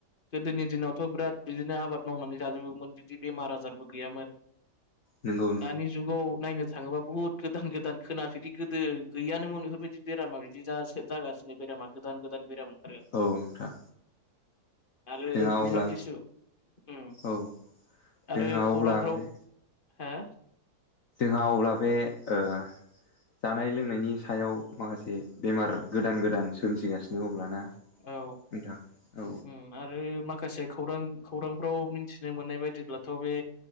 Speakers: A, on the left; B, on the left.
A: गोदोनि दिनावथ' बिराद बिदिनो आबाद मावनानै जाजोबोमोन बिदि बेमार आजारबो गैयामोन
B: नोंगौ
A: दानि जुगाव नायनो थाङोबा बुहुत गोदान गोदान खोनाफेरि गोदो गैयानोमोन बेफोरबायदि बेरामा बिदि जासो जागासिनो बेराम मा गोदान गोदान बेराम ओंखार
B: औ नोंथां
A: आरो
B: जोंहा अब्ला
A: बहुत किसु उम
B: औ जोंहा
A: आरो खौरांफोराव
B: अब्ला बे
A: हा
B: हा अब्ला बे ओ जानाय लोंनायनि सायाव माखासे बेमार गोदान गोदान सोमजिगासिनो अब्लाना
A: औ
B: नोंथां औ
A: उम आरो माखासे खौरां खौरांफोराव मिथिनो मोननाय बायदिब्लाथ' बे